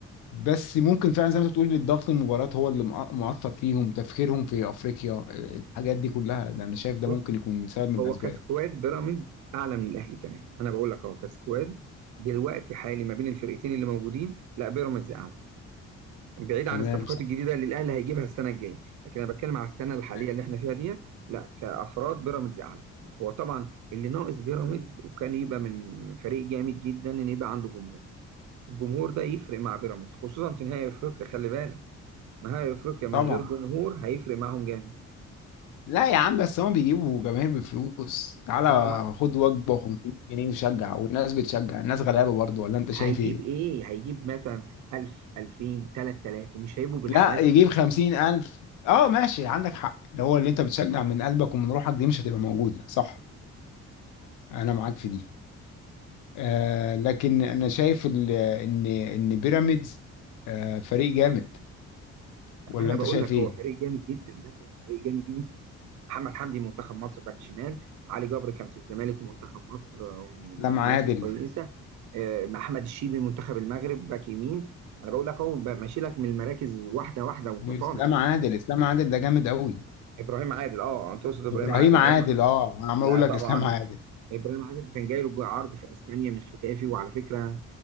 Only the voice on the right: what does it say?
بص
هو
كسكواد بيراميدز اعلى من الاهلي كمان انا بقول لك اهو كسكواد دلوقتي حالي ما بين الفرقتين اللي موجودين لا بيراميدز اعلى بعيد
عن الصفقات
الجديده اللي الاهلي هيجيبها السنه الجايه لكن انا بتكلم على السنه
الحاليه اللي احنا فيها ديت لا كافراد بيراميدز اعلى هو طبعا اللي ناقص بيراميدز وكان يبقى من فريق جامد جدا ان يبقى عنده جمهور الجمهور ده يفرق مع بيراميدز خصوصا في نهائي افريقيا خلي بالك نهائي افريقيا من
غير جمهور هيفرق معاهم جامد
ما هو
هيجيب
ايه هيجيب مثلا 1000 2000 3000 ومش هيبقوا بالحماس
انا
بقول
لك
هو فريق جامد جدا لا لا فريق جامد جدا يمسك محمد حمدي منتخب مصر باك شمال علي جبر كان في الزمالك ومنتخب مصر آه، من
الناس الكويسه آه، محمد الشيبي منتخب المغرب باك يمين انا بقول لك اهو بقى ماشي لك من المراكز واحده واحده وانت
طالع
ابراهيم عادل اه انت تقصد ابراهيم
عادل ابراهيم
لا
طبعا
ابراهيم عادل كان جاي له عرض في اسبانيا من ختافي وعلى فكره